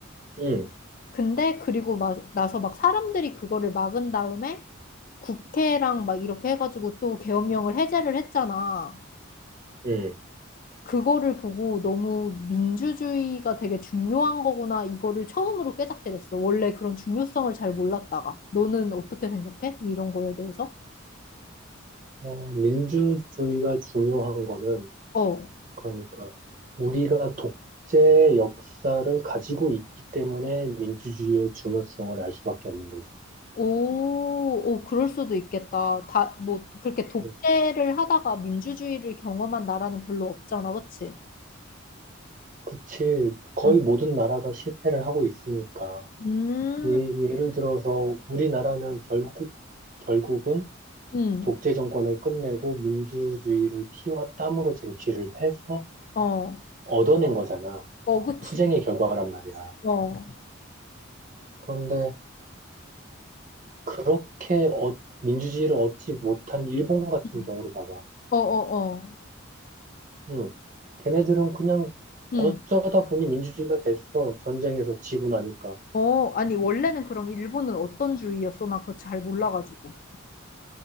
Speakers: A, on the right (about 40°); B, on the left (about 40°).
A: 음,
B: 근데 그리고 막, 나서 막 사람들이 그거를 막은 다음에 국회랑 막 이렇게 해가지고 또 계엄령을 해제를 했잖아.
A: 음.
B: 그거를 보고 너무 민주주의가 되게 중요한 거구나, 이거를 처음으로 깨닫게 됐어. 원래 그런 중요성을 잘 몰랐다가. 너는 어떻게 생각해? 이런 거에 대해서?
A: 어, 민주주의가 중요한 거는,
B: 어.
A: 그러니까, 우리가 독재 역사를 가지고 있기 때문에 민주주의의 중요성을 알 수밖에 없는 거지.
B: 오, 오, 그럴 수도 있겠다. 다, 뭐, 그렇게 독재를
A: 음.
B: 하다가 민주주의를 경험한 나라는 별로 없잖아, 그치?
A: 그치. 거의
B: 응.
A: 모든 나라가 실패를 하고 있으니까.
B: 음,
A: 예, 예를 들어서, 우리나라는 결국, 결국은
B: 음,
A: 독재 정권을 끝내고 민주주의를 피와 땀으로 쟁취를 해서
B: 어,
A: 얻어낸 거잖아.
B: 어, 그치.
A: 투쟁의 결과란 말이야.
B: 어,
A: 그런데 그렇게 어- 민주주의를 얻지 못한 일본 같은
B: 음.
A: 경우를 봐봐.
B: 어, 어, 어.
A: 음, 걔네들은 그냥
B: 음.
A: 어쩌다 보니 민주주의가 됐어. 전쟁에서 지고 나니까.
B: 어, 아니, 원래는 그럼 일본은 어떤 주의였어? 나 그거 잘 몰라가지고.